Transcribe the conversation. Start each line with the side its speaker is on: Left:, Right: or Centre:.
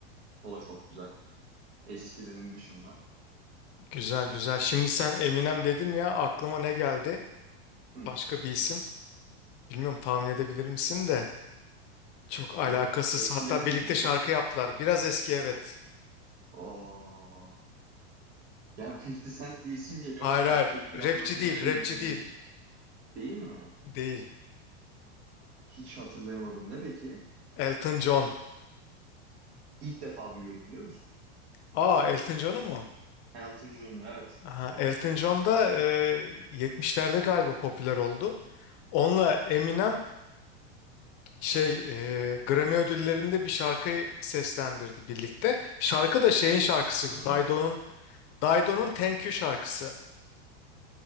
Right: O da çok güzel. Eskilerin dışında.
Left: Güzel güzel. Şimdi sen Eminem dedin ya aklıma ne geldi?
Right: Hı.
Left: Başka bir isim. Bilmiyorum tahmin edebilir misin de.
Right: Şu
Left: Çok alakasız.
Right: an eskilere
Left: Hatta birlikte
Right: mi gidecek?
Left: şarkı yaptılar. Biraz eski evet.
Right: Oo. Yani 50 Cent diye isim geliyor
Left: Hayır
Right: ama şarkı
Left: hayır.
Right: yapıp
Left: Rapçi
Right: yapmadığından
Left: değil,
Right: emin
Left: rapçi
Right: değilim.
Left: değil.
Right: Değil mi?
Left: Değil.
Right: Hiç hatırlayamadım. Ne peki?
Left: Elton John.
Right: İlk defa duyuyorum biliyor musun?
Left: Aa, Elton John'u mu?
Right: Elton John'u evet.
Left: Aha, Elton John da e, 70'lerde galiba popüler oldu. Onunla Eminem şey e, Grammy ödüllerinde bir şarkıyı seslendirdi birlikte. Şarkı da şeyin şarkısıydı.
Right: Ha.
Left: Dido'nun Dido'nun Thank You şarkısı.